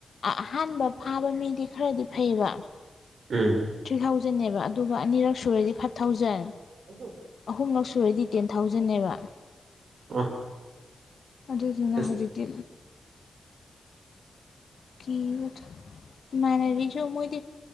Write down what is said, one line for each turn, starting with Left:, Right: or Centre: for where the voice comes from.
Left: ꯑꯍꯥꯟꯕ ꯐꯥꯕ ꯃꯤꯗꯤ ꯈꯔꯗꯤ ꯐꯩꯕ
Right: ꯎꯝ
Left: ꯊ꯭ꯔꯤ ꯊꯥꯎꯖꯟꯅꯦꯕ ꯑꯗꯨꯒ ꯑꯅꯤꯔꯛ ꯁꯨꯔꯗꯤ ꯐꯥꯏꯚ ꯊꯥꯎꯖꯟ
Right: ꯑꯗꯨ
Left: ꯑꯍꯨꯝꯂꯛ ꯁꯨꯔꯗꯤ ꯇꯦꯟ ꯊꯥꯎꯖꯟꯅꯦꯕ
Right: <unintelligible>
Left: ꯑꯗꯨꯗꯨꯅ
Right: ꯑꯁ
Left: ꯍꯧꯖꯤꯛꯇꯤ ꯀꯤꯕꯗꯣ ꯏꯃꯥꯟꯅꯕꯤꯖꯨ ꯃꯣꯏꯗꯤ